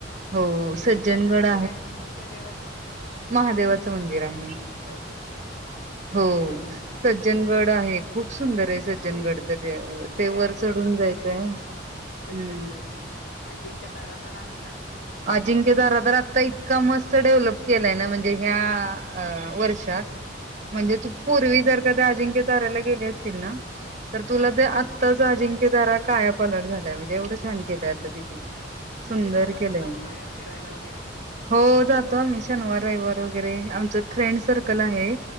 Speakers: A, on the right; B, on the left.
A: हो
B: ते
A: सज्जनगड
B: कशाचं मंदिर आहे कोणत्या देवाचं?
A: महादेवा मंदिर आहे.
B: यवतेश्वर
A: हो
B: अच्छा
A: सज्जनगड आहे. खूप सुंदर आहे सज्जनगड
B: हो हो
A: तर
B: ते
A: वर
B: ऐकून
A: चढून
B: माहित
A: जायचंय.
B: आहे. हा हा सज्जनगड
A: हम्म
B: अजिंक्य तारा पण आहे ना
A: अजिंक्यतारा तर आता इतका मस्त डेव्हलप केलाय ना म्हणजे ह्या वर्षात
B: हा
A: म्हणजे
B: हा
A: तू पूर्वी जर अजिंक्यताराला गेले असशील ना तर तुला ते आत्ता
B: हा हा
A: अजिंक्यतारा काया पालट झालाय म्हणजे एवढं छान केलंय आता तिथे. सुंदर
B: तुम्ही जात असाल
A: केलंय
B: ना मग कायम फिरायला वगैरे
A: हो जातो आम्ही शनवार रयवार. वगैरे, आमचं फ्रेंड सर्कल आहे.